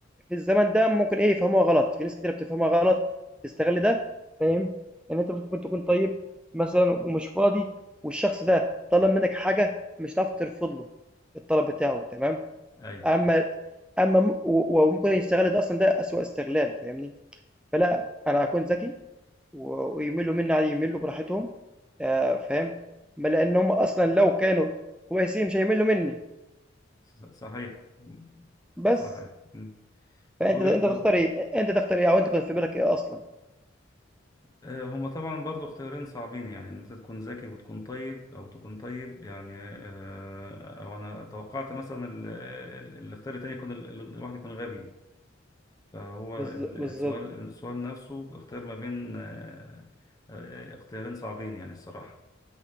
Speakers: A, in the centre; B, on the left.
A: في الزمن ده ممكن إيه، يفهموها غلط، في ناس كتيرة بتفهمها غلط، بتستغل ده فاهم، إن أنت ممكن تكون طيب مثلًا ومش فاضي والشخص ده طلب منّك حاجة مش هتعرف ترفض له الطلب بتاعه تمام.
B: ايوه
A: اما اما م- و- وممكن يستغل ده اصلا ده اسوأ استغلال فاهمني فلا انا هكون ذكي و- ويملوا مني عادي يملوا براحتهم آه، فاهم ما لان هم اصلا لو كانوا كويسين مش هيملوا مني
B: ص- صحيح
A: بس
B: صحيح مم.
A: فانت
B: وج-
A: انت
B: و-
A: تختار ايه انت تختار ايه او انت كنت في بالك ايه اصلا
B: آه، هما طبعا برضو اختيارين صعبين يعني ان انت تكون ذكي وتكون طيب او تكون طيب يعني آه، او انا توقعت مثلا ال- ال- الاختيار التاني يكون ال- ال- الواحد يكون غبي فهو
A: بالز-
B: ال-
A: بالظبط
B: السؤال السؤال نفسه اختيار ما بين آه، آه، اختيارين صعبين يعني الصراحة